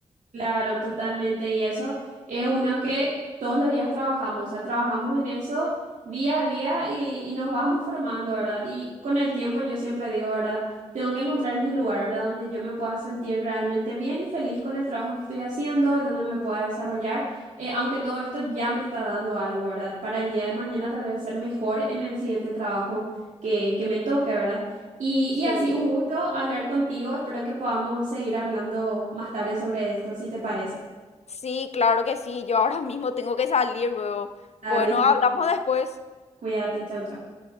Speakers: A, on the right; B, on the left.
A: Claro, totalmente. Y eso es uno que todos los días trabajamos, o sea, trabajamos en eso día a día y, y nos vamos formando, ¿verdad? Y con el tiempo yo siempre digo, ¿verdad? Tengo que encontrar mi lugar, ¿verdad? Donde yo me pueda sentir realmente bien y feliz con el trabajo que estoy haciendo y donde me pueda desarrollar, eh, aunque todo esto ya me está dando algo, ¿verdad? Para el día de mañana tal vez ser mejor en el siguiente trabajo que, que me toque, ¿verdad? Y,
B: Sí.
A: y así, un gusto hablar contigo. Espero que podamos seguir hablando más tarde sobre esto, si te parece.
B: Sí, claro que sí, yo ahora mismo tengo que salir luego.
A: Dale,
B: Bueno, hablamos después.
A: cuídate, chau, chau.